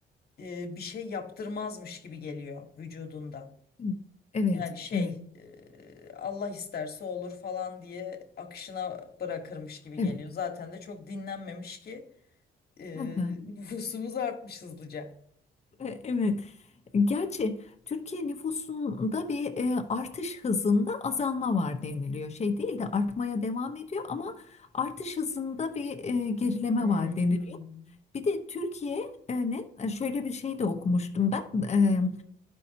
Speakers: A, on the left; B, on the left.
A: e, bir şey yaptırmazmış gibi geliyor vücudunda.
B: evet. Evet.
A: Yani şey
B: Evet.
A: e, Allah isterse olur falan diye akışına bırakırmış gibi
B: Evet.
A: geliyor. Zaten de çok dinlenmemiş ki Eee,
B: Aha,
A: nüfusumuz artmış hızlıca.
B: e- Evet. Gerçi Türkiye nüfusunda bir e, artış hızında azalma var deniliyor. Şey değil de artmaya devam ediyor ama artış hızında bir e, gerileme
A: Hmm.
B: var deniliyor. Bir de Türkiye'nin e, şöyle bir şey de okumuştum ben e,
A: Hı hı.